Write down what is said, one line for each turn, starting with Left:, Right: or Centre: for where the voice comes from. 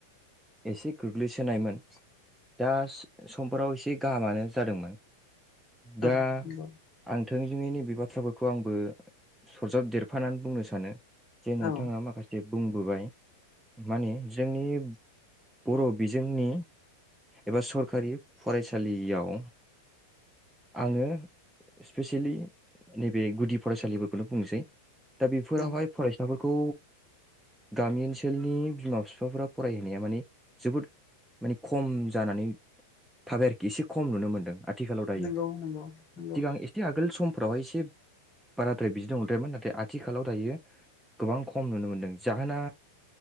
Centre: एसे गोग्लैसोनायमोन। दास समफोराव एसे गाहामानो जादोंमोन
Left: औ
Centre: दा
Left: नंगौ
Centre: आं थोंजोङै नैबि बाथ्राफोरखौ आंबो सरजाब देरफानानै बुंनो सानो। जे नोंथाङा
Left: औ
Centre: माखासे बुंबोबाय माने जोंनि बर' बिजोंनि एबा सरखारि फरायसालियाव आङो स्पेसेयेलि नैबे गुदि फरायसालिफोरखौनो बुंनोसै दा बिफोरावहाय
Left: नंगौ
Centre: फरायसाफोर खौ गामि ओनसोलनि बिमा फिफाफोरा फरायहोनाया माने जोबोद माने खम जानानै थाबाय आरोखि एसे खम नुनो मोन्दों आ थिखालाव दायो
Left: नंगौ नंगौ नंगौ
Centre: सिगां एसे आगोल सम फोरावहाय एसे बाराद्राय बिदि नंद्रायामोन नाथाय आथिखालाव दायो गोबां खम नुनो मोनदों जाहोना